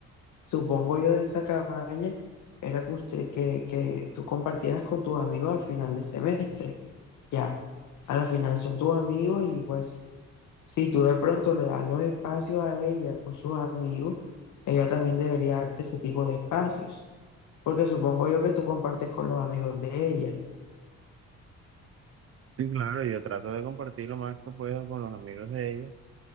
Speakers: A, on the left (about 75°); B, on the right (about 50°).
A: Supongo yo de esa cabaña era que usted, que, que tú compartieras con tus amigos al final de semestre. Ya, a la final son tus amigos y pues si tú de pronto le das los espacios a ella con sus amigos, ella también debería darte ese tipo de espacios. Porque supongo yo que tú compartes con los amigos de ella
B: Sí, claro, yo trato de compartir lo más que puedo con los amigos de ella,